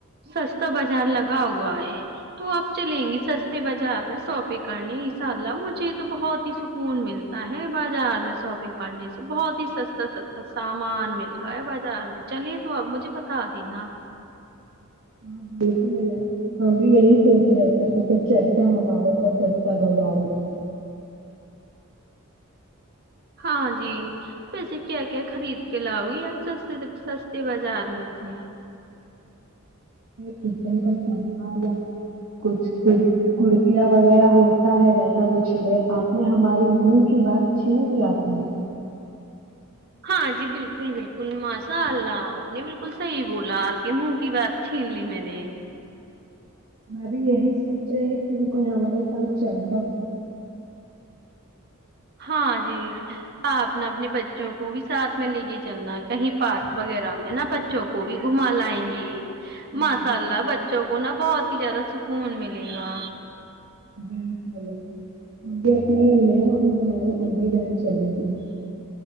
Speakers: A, on the right; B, on the right.
A: سستا بازار لگا ہوا ہے تو آپ چلیں گی سستے بازار میں ساپنگ کرنی انشاء اللہ مجھے تو بہت ہی سکون ملتا ہے بازار میں شاپنگ کرنے سے بہت ہی سستا سستا سامان مل رہا ہے بازار میں چلیے تو آپ مجھے بتا دینا
B: ہاں بالکل ہے ہم بھی یہی سوچ رہے تھے کہ کو چلتا ہمارے س سچتا بازار میں
A: ہاں جی ویسے کیا کیا خرید کے لاؤ گی آپ ستے سستے بازار میں جی
B: کچن کا سامان کچھ کرتیاں وغیرہ ہوتا ہے ویسا کچھ لے آپ نے ہمارے منہ کی بات چھین لی آپ نے
A: ہاں جی بالکل بالکل ماشاء اللہ آپ نے بالکل صحیح بولا آپ کے منہ کی بات چھین لی میں نے
B: بھائی یہی سوچے ت میں کوئی ہمارے ساتھ چلتا
A: ہاں جی آپ نے اپنے بچوں کو بھی ساتھ میں لے کے چلنا کہیں پارک وغیرہ میں نا بچوں کو بھی گھما لائیں گے
B: ہاں
A: ماشاء
B: ادھر
A: اللہ بچوں کو نا بہت زیادہ سکون ملے گا
B: بالکل ہم بھی اپنےے اور ہمارے انھی جان چلے گئے